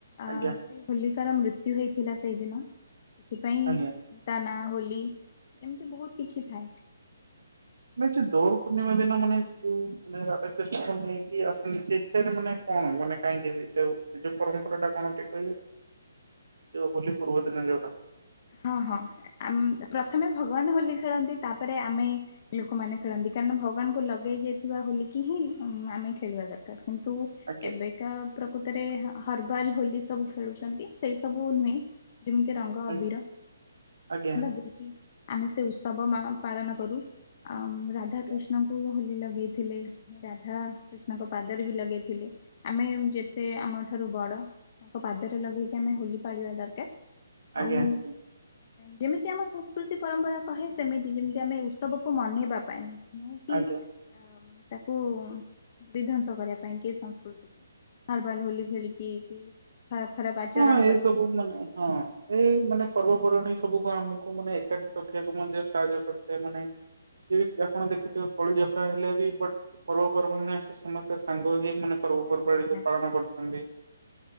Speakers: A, on the right (about 85°); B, on the left (about 40°).
A: ଆଜ୍ଞା
B: ଆଁ ସେଇ ହୋଲିକାର ମୃତ୍ୟୁ ହେଇଥିଲା ସେଇଦିନ ସେଥିପାଇଁ
A: ଆଜ୍ଞା।
B: ତା ନାଁ ହୋଲି। ଏମିତି ବହୁତ୍ କିଛି ଥାଏ।
A: ମୁଁ ଚି ଦୋଳ ପୂର୍ଣ୍ଣିମା ଦିନ ମନେ ସେ ଯୋଉ ମନେ ରାଧାକୀଷ୍ଣଙ୍କ ନେଇକି ଆସନ୍ତି ସେଇଠାରେ ମନେ କଣ ମନେ କାହିଁକି ସେଇଟାଉ ସେ ଯୋଉ ପରମମ୍ପରା ଟା କଣ ଟି କହିବେ ଯୋଉ ହୋଲି ପୂର୍ବ ଦିନ ଯୋଉଟା?
B: ହଁ ହଁ ଆମ୍ ପ୍ରଥମେ ଭଗବାନ ହୋଲି ଖେଳନ୍ତି ତାପରେ ଆମେ ଲୋକମାନେ ଖେଳନ୍ତି। କାରଣ ଭଗବାନଙ୍କୁ ଲଗେଇ ଯାଇଥିବା ହୋଲିକି ହିଁ ଆମେ ଖେଳିବା ଦରକାର। କିନ୍ତୁ
A: ଆଜ୍ଞା
B: ଏବେ କା ପ୍ରକୃତରେ ହର୍ବାଲ ହୋଲି ସବୁ ଖେଳୁଚନ୍ତି ସେଇ ସବୁ ନୁହେଁ। ଯିମିତି ରଙ୍ଗ
A: ଆ
B: ଅଭିର।
A: ଆଜ୍ଞା
B: ଲଗେଇକି ଆମେ ସେ ଉତ୍ସବ ପାଳନ କରୁ ଆମ୍ ରାଧାକ୍ରୀଷ୍ଣ
A: ଆଜ୍ଞା ଆଜ୍ଞା
B: ନଙ୍କୁ ହୋଲି ଲଗେଇଥିଲେ ରାଧା କ୍ରୀଷ୍ଣଙ୍କ ପାଦରେ ବି ଲଗେଇଥିଲେ। ଆମେ ଯେତେ ଆମ ଠାରୁ ବଡ଼ ତାଙ୍କ ପାଦରେ ଲଗେଇକି ଆମେ ହୋଲି ପାଳିବା ଦରକାର।
A: ଆଜ୍ଞା
B: ଆଉ
A: ଆଜ୍ଞା।
B: ଯେମିତି ଆମ ସଂସ୍କୃତି ପରମ୍ପରା କହେ ସେମିତି ଯେମିତି ଆମେ ଉତ୍ସବ କୁ ମନେଇବା ପାଇଁ। ନୁହେଁ କି
A: ଆଜ୍ଞା।
B: ଆମ୍ ତାକୁ ବିଧ୍ଵଂସ କରିବା ପାଇଁ କି ସଂସ୍କୃତି କୁ। ହର ବାଲ୍ ହୋଲି ଖେଳିକି କି ଖରାପ ଖରାପ ଆଚରଣ
A: ହଁ ଏ
B: କରିକି
A: ସବୁ ମାନେ ହଁ ଏ ଏଇ ମନେ ପର୍ବପର୍ବାଣୀ ସବୁକୁ ଆମେକୁ ମନେ ଏକାଠି ରଖିବାକୁ ମଧ୍ୟ ସାହାଯ୍ୟ କରିଥାଏ ମନେ ଯେବେକି ଆପଣ ଦେଖୁଥିବେ କଳି ଝଗଡା ହେଲେ ବି ବଟ ପର୍ବପର୍ବାଣୀରେ ଆସେ ସମସ୍ତେ ସାଙ୍ଗ ହେଇ ମାନେ ପର୍ବ
B: ଏକାଠି
A: ପର୍ବପର୍ବାଣୀକୁ
B: ହେଇକି ଆସିବେ
A: ପାଳନ କରୁଥାନ୍ତି।